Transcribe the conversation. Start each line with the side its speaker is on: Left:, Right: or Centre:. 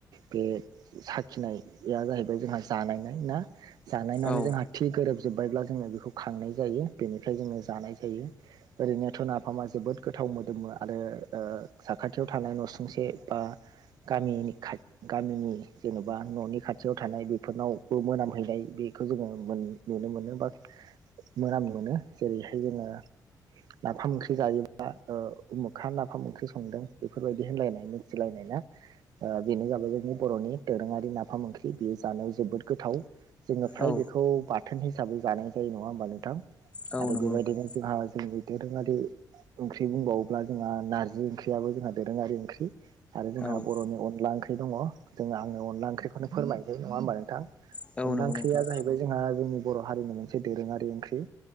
Right: बे साखिनाया जाहैबाय जोंहा जानायनाय ना जानायनानै
Left: औ
Right: जोंहा थि गोरोबजोब्बायब्ला जोङो बेखौ खांनाय जायो। बेनिफ्राय जोङो जानाय जायो। ओरैनोथ' ना फामा जोबोद गोथाव मोदोमो आरो ओ साखाथियाव थानाय नुसुंसे बा गामिनि खाथ गामिनि जेन'बा न'नि खाथियाव थानाय बेफोरनावबो मोनाम हैनाय बेखौ जोङो मोन नुनो मोनो बा मोनाम मोनो जेरैहाय जोङो नाफाम ओंख्रि जायोबा ओ उमुखा नाफाम ओंख्रि संदों बेफोरबायदि होनलायनाय मिथिलायनाय ना। बेनो जाबाय जोंनि बर'नि दोरोङारि नाफाम ओंख्रि बेयो जानायाव जोबोद गोथाव जोङो फ्राय
Left: औ
Right: बेखौ बाथोन हिसाबै जानाय जायो नङा होमबा नोंथां
Left: औ
Right: आरो
Left: नंगौ
Right: बेबायदिनो
Left: नोंथां
Right: जोंहा जोंनि दोरोङारि ओंख्रि बुंबावोब्ला जोंहा नारजि ओंख्रियाबो जोंहा दोरोङारि ओंख्रि आरो जोंहा
Left: औ
Right: बर'नि अनला ओंख्रि दङ जों आङो अनला ओंख्रिखौनो फोरमायनोसै नङा होमबा नोंथां
Left: औ नंगौ
Right: अनला ओंख्रिया
Left: नोंथां
Right: जाहैबाय जोंहा जोंनि बर' हारिनि मोनसे दोरोङारि ओंख्रि